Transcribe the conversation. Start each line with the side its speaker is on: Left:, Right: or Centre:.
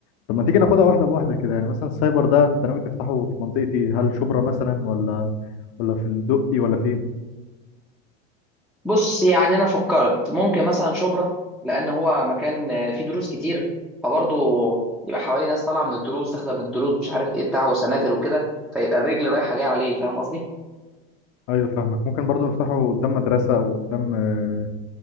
Left: طب ما تيجي ناخدها واحدة بواحدة كده يعني مثلا السايبر ده انت ناوي تفتحه في منطقتي هل شبرا مثلا ولا ولا في الدقي ولا فين
Centre: بص يعني انا فكرت ممكن مثلا شبرا لان هو مكان آه، فيه دروس كتير فبرضه يبقى حواليه ناس طالعه من الدروس داخله من الدروس مش عارف ايه بتاع وسناتر وكده فيبقى الرجل رايحه جايه عليه فاهم قصدي
Left: ايوه فاهمك ممكن برضو نفتحه قدام مدرسة او قدام آه،